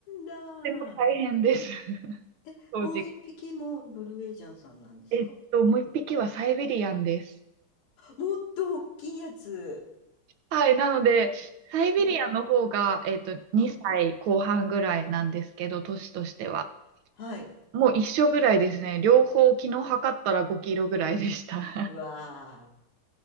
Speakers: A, on the left; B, on the right.
A: なんだ。
B: ても大変です。<laughs>
A: えもう一匹もノルウェージャンさんなんですか
B: 正直。えっと、もう一匹はサイベリアンです。
A: もっと大きいやつ。
B: はい。なので、サイベリアンの方が、
A: うん、
B: えっと、2歳後半ぐらいなんですけど、
A: うん。
B: 年としては。
A: はい。
B: もう一緒ぐらいですね。両方昨日測ったら5キロぐらいでした。
A: うわー。
B: <laughs>